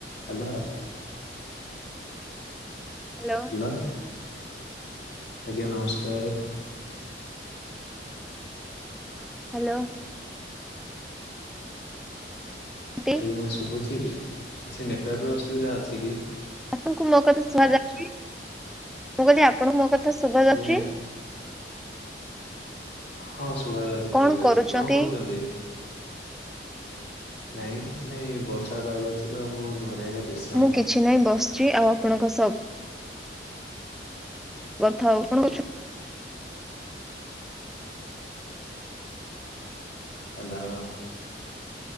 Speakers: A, on the left (about 70°); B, in the centre.
A: Hello.
B: Hello
A: <unintelligible> ଆଜ୍ଞା ନମସ୍କାର୍।
B: Hello. ନ୍ତି
A: ଆଜ୍ଞା ଶୁଭୁଚି କି କିଛି ନେଟୱାର୍କର ଅସୁବିଧା ଅଛି କି?
B: ଆପଣଙ୍କୁ ମୋ କଥା ଶୁହାଯାଉଚି। ମୁଁ କଇଲି ଆପଣଙ୍କୁ ମୋ କଥ୍ କେତେ ଶୁଣାଯାଉଚି।
A: ଆଜ୍ଞା ହଁ ଶୁଣାଯାଉଚି
B: କଣ
A: ଠିକ୍ ଅଛି
B: କରୁଛନ୍ତି?
A: କଁ କରୁଚନ୍ତି? ନାଇଁ କିଛି ନାଇଁ ବର୍ଷା ପାଗ ଅଛି ତ ମୁଁ ଘରେ ଆଜ୍ଞା ବେଶୀ
B: ମୁଁ କିଛି ନାହିଁ ବସିଚି ଆଉ ଆପଣଙ୍କ ସହ କଥା ହଉ <unintelligible> କଣ ତ?
A: ହ୍ଯାଲୋ।